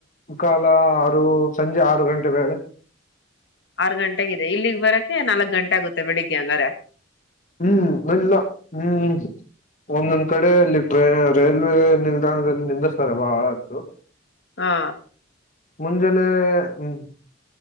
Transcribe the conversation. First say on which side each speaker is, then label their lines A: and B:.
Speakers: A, on the left; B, on the left.
A: ಕಾಲ ಆರು ಸಂಜೆ ಆರು ಗಂಟೆ ವೇಳೆ
B: ಆರ್ ಗಂಟೆಗಿದೆ ಇಲ್ಲಿಗ್ ಬರಕ್ಕೆೆ ನಾಲ್ಕ್ ಗಂಟೆ ಆಗುತ್ತೆ ಬೆಳಿಗ್ಗೆ ಹಂಗ್ರೆ
A: ಹ್ಮ್ ಎಲ್ಲ ಹ್ಮ್ ಒಂದೊಂದ್ ಕಡೆ ಅಲ್ಲಿ ಟ್ರೇ ರೈಲ್ವೆ ನಿಲ್ದಾಣದಲ್ಲಿ ನಿಂದಿಸ್ತಾರೆ ಬಹಳ ಅಷ್ಟು
B: ಹಾ
A: ಮುಂಜಲ ಹ್ಮ್